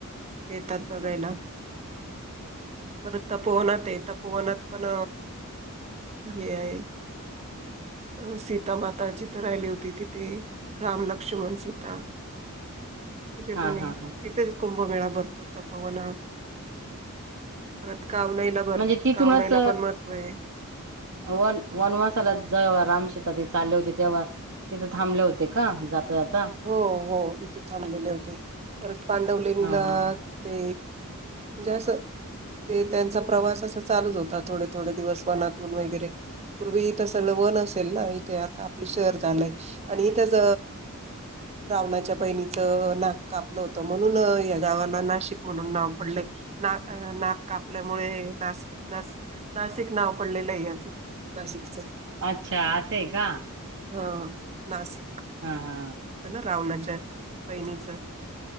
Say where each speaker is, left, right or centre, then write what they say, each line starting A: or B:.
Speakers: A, on the right (about 30°); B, on the right (about 60°).
A: येतात बघायला पर तपोवनात आहे तपोवनात पण हे आहे अ सीतामाता जीथ राहिली होती तिथे राम लक्ष्मण सीता
B: <unintelligible>
A: तिथे
B: हा
A: पण
B: हा हा
A: तिथेच कुंभमेळा भरतो त पवनात परत कावनाईला भर
B: म्हणजे तिथूनच
A: कावनाईला पण महत्त्व आहे
B: वन वनवसाला ज रामश चाल होते ते्हा तिथ थांबले होते का जातात
A: हो हो इथे थांबलेले होते परत पांडवलेणीला
B: हा हा
A: ते जसं ते त्यांचा प्रवास अस चालू होता थोडे थोडे दिवस मनातून वगैरे पूर्वी इथ सगळ पण असेल ना इथे आता आपलं शहर झालंय आणि इथच रावणाच्या पहिणीचं नाक कापलं होत म्हणून या गावाला नाशिक म्हणून नाव पडले ना नाक कापल्यामुळे नाशिक ना नाशिक नाव पडलेलं आहे याचं नाशिकच
B: अच्छा असंय का
A: हा नासिक
B: हा हा
A: रावणाच्या बहिणीच